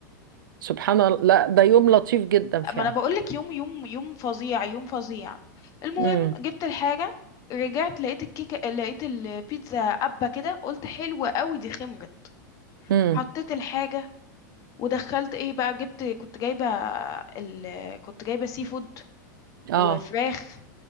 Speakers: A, on the right; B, on the left.
A: سبحان الله لا ده يوم لطيف جدا فعلا
B: ما انا بقول لك يوم يوم يوم فظيع يوم فظيع المهم
A: امم
B: جبت الحاجه رجعت لقيت الكيكه لقيت البيتزا قبه كده قلت حلوه قوي دي خمرت
A: امم
B: حطيت الحاجه ودخلت ايه بقى جبت كنت جايبه ال... كنت جايبه سي فود
A: اه
B: وفراخ